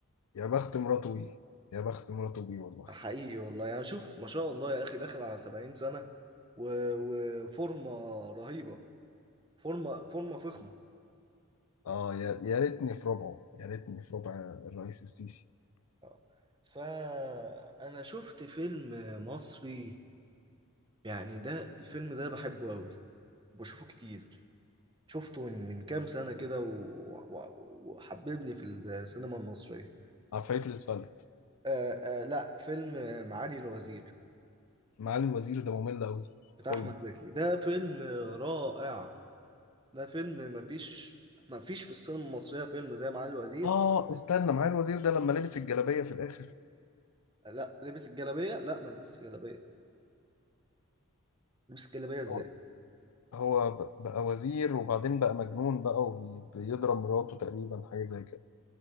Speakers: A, on the left; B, on the right.
A: يا بخت مراته بيه يا بخت مراته بيه والله
B: حقيقي والله يعني شوف ما شاء الله يا اخي داخل على 70 سنة و- وفورمة رهيبة فورمة فورمة فخمة
A: اه يا يا ريتني في ربعه يا ريتني في ربع الرئيس السيسي
B: آه. فانا شفت فيلم مصري يعني ده الفيلم ده بحبه قوي بشوفه كتير شفته من من كام سنة كده و- و- و- وحببني في السينما المصرية
A: عفاريت الاسفلت
B: آه آه لا فيلم معالي الوزير
A: معالي الوزير ده ممل قوي
B: بتاع
A: قوي
B: احمد زكي ده فيلم رائع ده فيلم مفيش مفيش في السينما المصرية فيلم زي معالي الوزير
A: اه استنى معالي الوزير ده لما لبس الجلابية في الاخر
B: لا لبس الجلابيه لا ما لبسش جلابيه لبس الجلابيه ازاي
A: هو هو ب- بقى وزير وبعدين بقى مجنون بقى وبيضرب مراته تقريبا حاجة زي كده